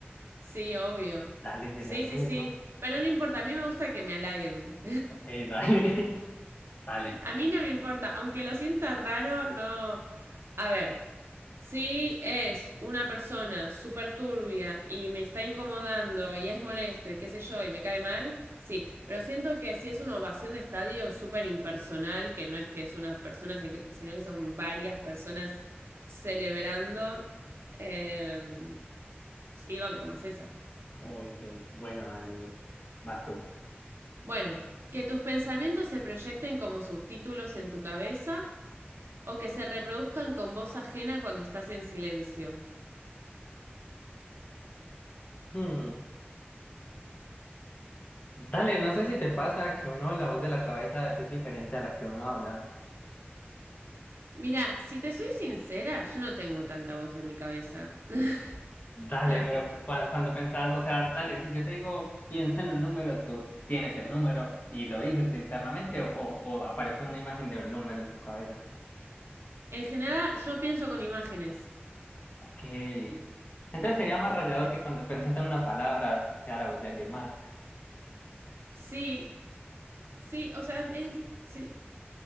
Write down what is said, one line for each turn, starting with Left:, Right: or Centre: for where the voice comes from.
Right: Sí, obvio.
Left: dale, sería
Right: Sí,
Left: lo
Right: sí,
Left: mismo,
Right: sí. Pero no importa, a mí me gusta que me halaguen.
Left: ok, dale, <laughs> dale.
Right: A mí no me importa, aunque lo sienta raro, no. A ver, si es una persona súper turbia y me está incomodando y es molesto y qué sé yo y me cae mal, sí, pero siento que si es una ovación de estadio súper impersonal, que no es que es una persona, sino que son varias personas celebrando, eh, sí, van como es esa.
Left: Uy, ok. Bueno, dale, vas tú.
Right: Bueno, que tus pensamientos se proyecten como subtítulos en tu cabeza o que se reproduzcan con voz ajena cuando estás en silencio.
Left: Hmm, Dale, no sé si te pasa que uno, la voz de la cabeza es diferente a la que uno habla.
Right: Mira, si te soy sincera, yo no tengo tanta voz en mi cabeza, <laughs>
Left: Dale,
Right: la verdad.
Left: pero cua- cuando pensás, o sea, dale, si yo te digo, piensa en un número, tú tienes el número y lo dices internamente o, o- o aparece una imagen de un número en tu cabeza.
Right: En general, yo pienso con imágenes.
Left: Ok. Entonces sería más rayador que cuando pensás en una palabra sea la voz de alguien más.
Right: Sí, sí, o sea, en- sí.